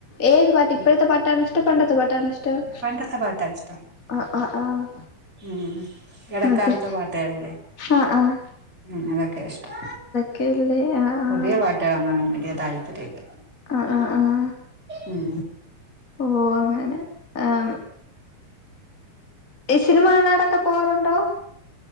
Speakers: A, on the left; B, on the right.
A: ഏത് പാട്ട്
B: ഉം
A: ഇപ്പഴത്തെ പാട്ടാണോ ഇഷ്ടം പണ്ടത്തെ പാട്ടാണോ ഇഷ്ടം ഷ്ടം
B: പണ്ടത്തെ പാട്ടാ ഇഷ്ടം
A: ആഹ് ആഹ് ആഹ്
B: ഉം എടക്കാലത്തെ
A: അതെ
B: പാട്ടുകളില്ലേ
A: ആഹ് ആഹ്
B: ഉം അതൊക്കെയാ ഇഷ്ടം
A: ക്കെ ല്ലേ ആഹ്
B: പുതിയ
A: ആഹ്
B: പാട്ടുകളൊന്നും അങ്ങനെ വലിയ താല്പര്യല്ല
A: ആഹ് ആഹ് ആഹ്
B: ഉം
A: ഓഹ് അങ്ങനെ ആം ഈ സിനിമ കാണാറൊക്കെ പോവാറുണ്ടോ?